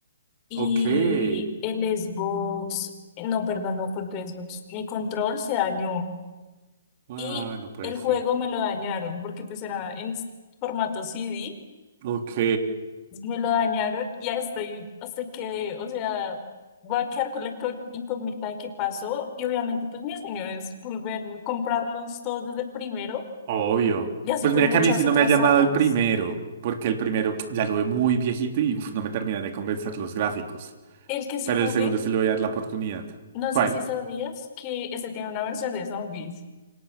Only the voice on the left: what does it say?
y
el Xbox, eh, no, perdón, no fue el Xbox, mi control se dañó
y
el
juego me lo dañaron porque pues era en s- formato CD,
me lo dañaron y ya estoy, hasta que, o sea, voy a quedar con la co- incógnita de qué pasó y obviamente pues mi sueño es volver a comprarlos todos desde el primero
Y así
con
muchas
otras
sagas.
El que sí
jugué,
no
sé si sabías que este tiene una versión de zombies.